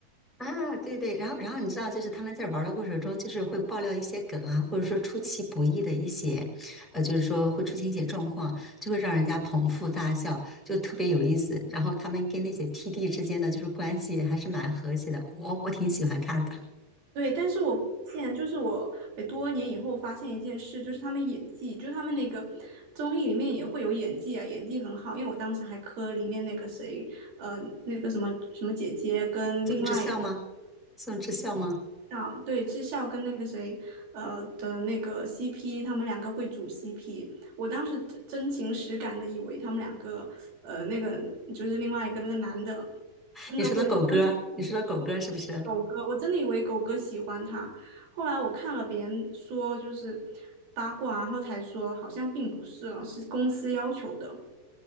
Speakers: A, in the centre; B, on the right (about 85°).
A: 啊，对对，然后然后你知道，就是他们在玩的过程中，就是会爆料一些梗啊，或者说出其不意的一些，呃，就是说会出现一些状况，就会让人家捧腹大笑，就特别有意思。然后他们跟那些 TD 之间的就是关系还是蛮和谐的，我我挺喜欢看的。
B: 对，但是我发现，就是我诶多年以后发现一件事，就是他们演技，就是他们那个综艺里面也会有演技啊，演技很好。因为我当时还磕里面那个谁，呃，那个什么什么姐姐跟另外一个
A: 宋智孝吗？宋智孝吗？
B: 啊，对，智孝跟那个谁，呃的那个 CP，他们两个会组 CP。我当时真真情实感的以为他们两个，呃，那个就是另外一个那个男的，真的会真的。
A: 你说的狗哥，你说的狗哥是不是？
B: 狗哥，我真的以为狗哥喜欢他，后来我看了别人说就是八卦，然后才说好像并不是哦，是公司要求的。